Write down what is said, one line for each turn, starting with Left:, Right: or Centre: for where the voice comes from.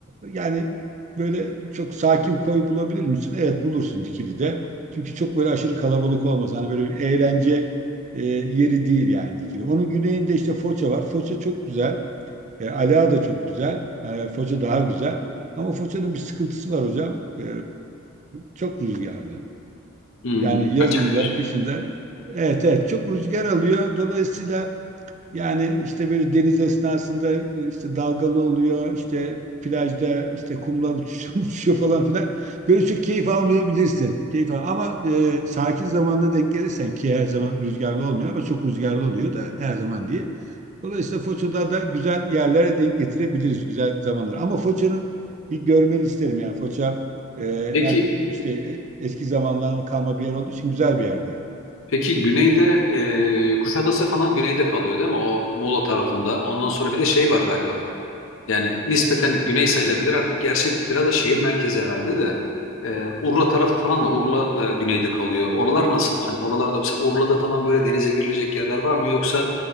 Right: yani böyle çok sakin koy bulabilir misin? Evet bulursun Dikili'de. Çünkü çok böyle aşırı kalabalık olmaz. Hani böyle bir eğlence e, yeri değil yani Dikili. Onun güneyinde işte Foça var. Foça çok güzel. E, Ala da çok güzel. E, Foça daha güzel. Ama Foça'nın bir sıkıntısı var hocam. E, çok rüzgarlı.
Left: Hmm,
Right: Yani yazında,
Left: açık diyorsun.
Right: kışında. Evet, evet. Çok rüzgar alıyor. Dolayısıyla yani işte böyle deniz esnasında e, işte dalgalı oluyor. işte plajda işte kumlar uçuşuyor, <laughs> uçuşuyor falan filan. Böyle çok keyif almayabilirsin. Keyif al. Ama e, sakin zamanla denk gelirsen ki her zaman rüzgarlı olmuyor ama çok rüzgarlı oluyor da her zaman değil. Dolayısıyla Foça'da da güzel yerlere denk getirebiliriz güzel zamanları. Ama Foça'nın bir görmeni isterim yani Foça e,
Left: Peki
Right: hem işte e- eski zamanların kalma bir yer olduğu için güzel bir yerde.
Left: peki güneyde e, Kuşadası falan güneyde kalıyor değil mi? O Muğla tarafında. Ondan sonra bir de şey var galiba. Yani nispeten güney sayılabilir artık. Gerçi biraz da şehir merkezi herhalde de. E, Urla tarafı falan da Urla da güneyde kalıyor. Oralar nasıl? Hani oralarda mesela Urla'da falan böyle denize girilecek yerler var mı? Yoksa